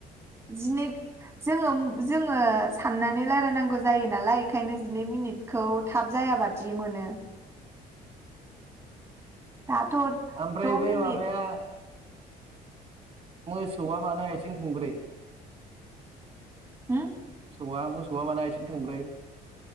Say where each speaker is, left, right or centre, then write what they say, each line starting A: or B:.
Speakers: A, on the right; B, on the right.
A: जिनिग जोङो उम जोङो साननानै लायरायनांगौ जायो नालाय एखायनो जिनै मिनिट खौ थाब जायाबादि मोनो। दाथ'
B: आमफ्राय
A: द'
B: बे
A: मिनिट
B: माबाया मोसौआ मानो आइथिं थोंब्रै?
A: हो?
B: मोसौआ मोसौआ मानो आइथिं थोंब्रै?